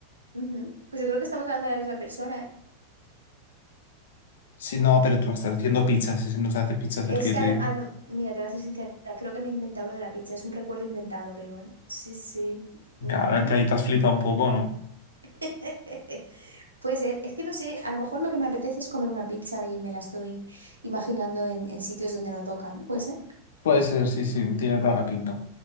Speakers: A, on the right; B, on the left.
A: Ujú. Pues yo creo que estamos hablando de la misma persona, ¿eh?
B: Si no, pero tú me estás diciendo pizzas, ese no se hace pizzas
A: Es
B: el que yo
A: que,
B: te
A: a lo-
B: digo.
A: a lo- mira, te voy a ser sincera, creo que me he inventado lo de la pizza, es un recuerdo inventado, creo, ¿eh? Sí, sí. Ujú.
B: Claro, es que ahí te has flipado un poco, ¿no?
A: <laughs> Puede ser, es que no sé, a lo mejor lo que me apetece es comer una pizza y me la estoy imaginando en, en sitios donde no toca, ¿no? Puede ser.
B: Puede ser, sí, sí, tiene toda la pinta.